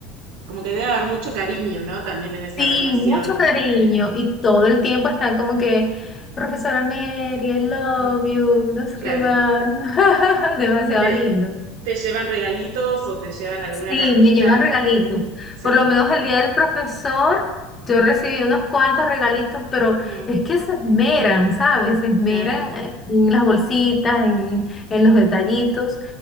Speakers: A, on the right; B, on the left.
A: como que debe haber mucho cariño, ¿no? También en esa
B: Sí,
A: relación,
B: mucho cariño
A: ¿no?
B: y todo el
A: Mm,
B: tiempo están como que, profesora Mary, I love
A: mm,
B: you, no sé
A: Claro.
B: qué más. <laughs> Demasiado
A: ¿Y te,
B: lindo.
A: te llevan regalitos o te llevan alguna
B: Sí,
A: cartita?
B: me llevan regalitos.
A: Mm, sí.
B: Por lo menos el día del profesor, yo recibí unos cuantos regalitos, pero
A: Mm,
B: es que se esmeran, ¿sabes? Se esmeran
A: claro.
B: eh, en las bolsitas, en, en los detallitos.